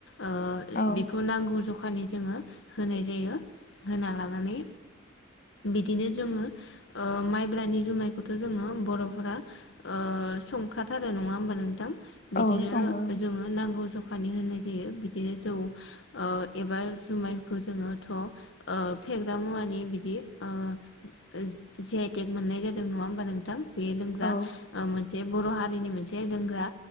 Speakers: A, on the left; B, on the left.
A: ओ
B: औ
A: बेखौ नांगौ जखा नि जोङो होनाय जायो होना लानानै बिदिनो जोङो ओ माइब्रानि जुमायखौथ' जोङो बर'फोरा ओ संखाथारो नङा होमबा नोंथां? बिदिनो
B: औ सङो
A: जोङो नांगौ जखानि होनाय जायो। बिदिनो जौ ओ एबा जुमायखौ जोङोथ' ओ फेग्रा मुवानि बिदि ओ ओ जि आइ थेग मोननाय जादों नङा होमबा नोंथां? बेयो लोंग्रा
B: औ
A: ओ मोनसे बर' हारिनि मोनसे लोंग्रा